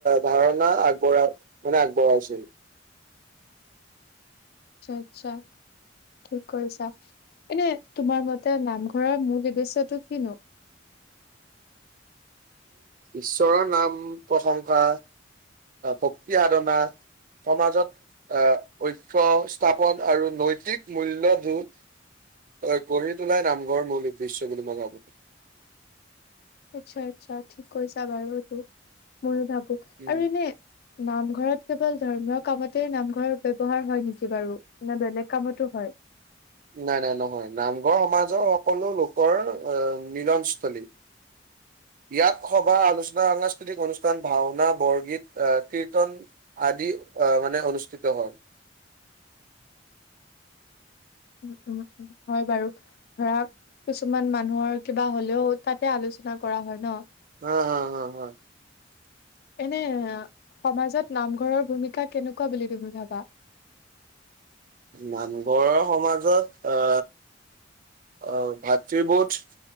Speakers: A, on the right; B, on the left.
A: ধাৰণা আগবঢ়া মানে আগবঢ়াইছিল
B: আচ্ছা আচ্ছা ঠিক কৈছা এনে তোমাৰ মতে নামঘৰৰ মূল উদ্দেশ্যটো কিনো
A: ঈশ্বৰৰ নাম প্ৰশংসা ভক্তি সাধনা সমাজত এ ঐক্য স্থাপন আৰু নৈতিক মূল্যবোধ অ গঢ়ি তোলাই নামঘৰ মূল উদ্দেশ্য বুলি মই ভাবো
B: আচ্ছা আচ্ছা ঠিক কৈছা বাৰু এইটো মইয়ো ভাবো
A: উম,
B: আৰু এনে নামঘৰত কেৱল ধৰ্মীয় কামতেই নামঘৰ ব্যৱহাৰ হয় নেকি বাৰু নে বেলেগ কামতো হয়
A: নাই নাই নহয় নামঘৰ সমাজৰ সকলো লোকৰ মিলনস্থলী ইয়াত সভা আলোচনা সাংস্কৃতিক অনুষ্ঠান ভাওনা বৰগীত কীৰ্ত্তন আদি অ মানে অনুষ্ঠিত হয়
B: উম উম উম হয় বাৰু ধৰা কিছুমান মানুহৰ কিবা হলেও তাতে আলোচনা কৰা হয় ন
A: <unintelligible> হয়
B: এনে সমাজত নামঘৰৰ ভূমিকা কেনেকুৱা বুলি তুমি ভাবা
A: নানঘৰৰ সমাজত অ অ ভাতৃবোধ